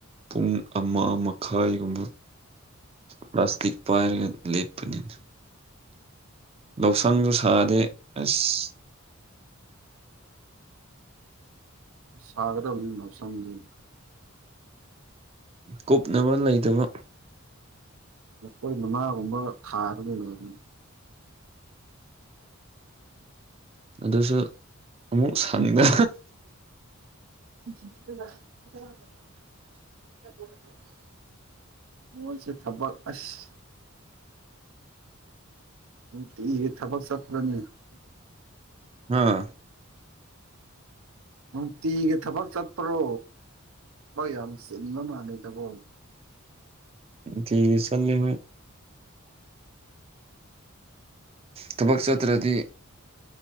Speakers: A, on the right; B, on the right.
A: ꯄꯨꯡ ꯑꯃ ꯃꯈꯥꯏꯒꯨꯝꯕ ꯄ꯭ꯂꯥꯁꯇꯤꯛ ꯄꯥꯏꯔꯒ ꯂꯦꯞꯄꯅꯤꯅꯦ ꯂꯧꯁꯪꯁꯨ
B: ꯑꯣ
A: ꯁꯥꯗꯦ ꯑꯁ
B: ꯁꯥꯒꯗꯕꯅꯤ ꯂꯧꯁꯪꯗꯤ
A: ꯀꯨꯞꯅꯕ ꯂꯩꯇꯕ
B: ꯂꯐꯣꯏ ꯃꯉꯥꯒꯨꯝꯕ ꯊꯥꯔꯣ ꯀꯩꯅꯣ ꯑꯗꯨꯅꯤ
A: ꯑꯗꯨꯁꯨ ꯑꯃꯨꯛ ꯁꯪꯗ
B: <unintelligible> ꯃꯣꯏꯁꯨ ꯊꯕꯛ ꯑꯁ ꯅꯨꯡꯇꯤꯒꯤ ꯊꯕꯛ ꯆꯄ꯭ꯔꯅꯤ
A: ꯍꯥ
B: ꯅꯨꯡꯇꯤꯒꯤ ꯊꯕꯛ ꯆꯠꯄ꯭ꯔꯣ ꯊꯕꯛ ꯌꯥꯝ ꯆꯤꯟꯕ ꯃꯥꯜꯂꯦꯗꯀꯣ
A: ꯅꯨꯡꯇꯤꯒꯤ ꯆꯠꯂꯦ ꯍꯣꯏ ꯊꯕꯛ ꯆꯠꯇ꯭ꯔꯗꯤ